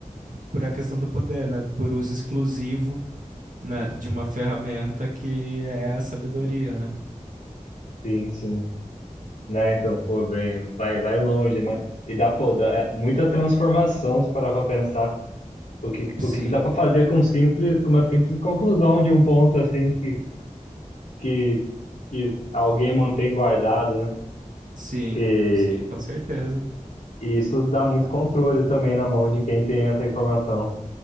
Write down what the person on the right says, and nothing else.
por a questão do poder, né? Por uso exclusivo né, de uma ferramenta que é a sabedoria, né?
Sim,
sim,
sim, com certeza.